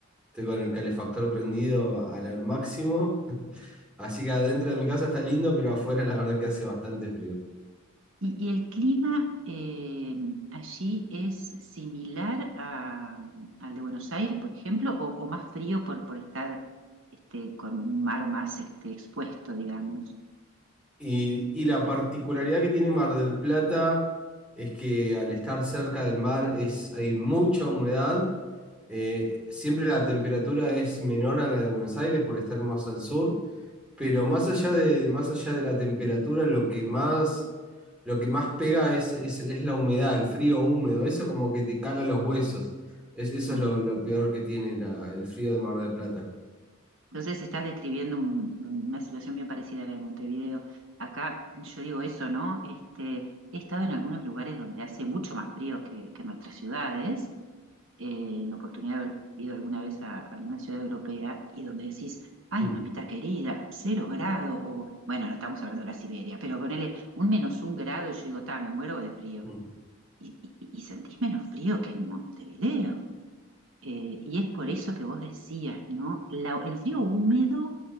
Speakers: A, in the centre; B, on the right.
A: Estoy con el calefactor prendido al máximo. <laughs> Así que adentro de mi casa está lindo, pero afuera la verdad que hace bastante frío.
B: Y, y el clima eh, allí es similar a- al de Buenos Aires, por ejemplo, o, o más frío por, por estar este, con un mar más este, expuesto, digamos.
A: Y, y la particularidad que tiene Mar del Plata es que al estar cerca del mar es, hay mucha humedad. Eh, siempre la temperatura es menor a la de Buenos Aires por estar más al sur. pero más allá de, más allá de la temperatura, lo que más, lo que más pega es, es, es la humedad, el frío húmedo, eso como que te cala los huesos. Es, eso
B: Mm.
A: es lo, lo peor que tiene la- el frío de Mar del Plata.
B: Entonces estás describiendo un- un- una situación bien parecida a la de Montevideo. Acá yo digo eso, ¿no? Este, he estado en algunos lugares donde hace mucho más frío que, que nuestras ciudades, eh, en oportunidad de haber ido alguna vez a, a alguna ciudad europea y donde decís, ay,
A: Mm,
B: mamita querida, cero grado, o bueno, no estamos hablando de la Siberia, pero ponele un menos un grado y yo digo, ta, me muero de frío.
A: mm.
B: Y, y- y sentís menos frío que en Montevideo. Eh, y es por eso que vos decías, ¿no? La- el frío húmedo